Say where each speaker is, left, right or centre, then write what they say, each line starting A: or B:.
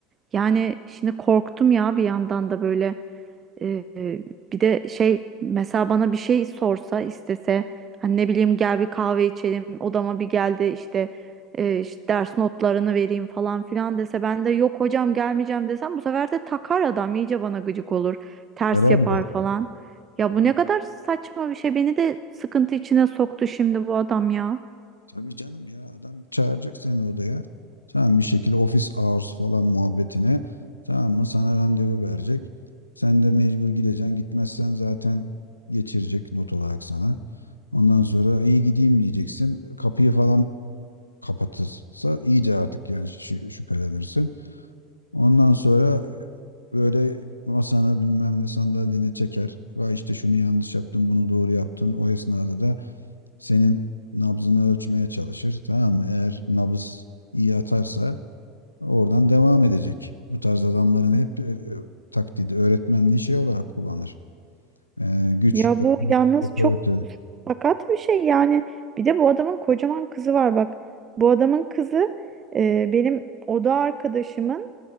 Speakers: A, on the right; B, on the left.
A: Yani şimdi korktum ya bir yandan da böyle Ee, bir de şey mesela bana bir şey sorsa istese hani ne bileyim gel bir kahve içelim odama bir geldi işte, e, işte ders notlarını vereyim falan filan dese ben de yok hocam gelmeyeceğim desem bu sefer de takar adam iyice bana gıcık olur ters
B: Herhalde.
A: yapar falan. Ya
B: Herhalde.
A: bu ne kadar saçma bir şey. Beni de sıkıntı içine soktu şimdi bu adam ya.
B: Tabii canım ya adam çağıracak seni odaya. Tamam bir şekilde office hours falan muhabbetine. Tamam mı? Sana randevu verecek. Sen de mecbur gideceksin. Gitmezsen zaten geçirecek not olarak sana. Ondan sonra iyi gideyim diyeceksin. Kapıyı falan kapatırsa iyice artık yani şü- şüphelenirsin. Ondan sonra böyle masanı bilmem ne sandalyeni çeker. Vay işte şunu yanlış yaptın, bunu doğru yaptın. O esnada da senin nabzını ölçmeye çalışır. Tamam mı? Eğer nabız iyi atarsa oradan devam edecek. Bu tarz adamların hep e, e, taktiği öğretmenliği şey olarak kullanır. Ee, güç,
A: Ya
B: otor-
A: bu yalnız
B: otorite.
A: çok sakat bir şey yani. Bir de bu adamın kocaman kızı var bak. Bu adamın kızı e, benim oda arkadaşımın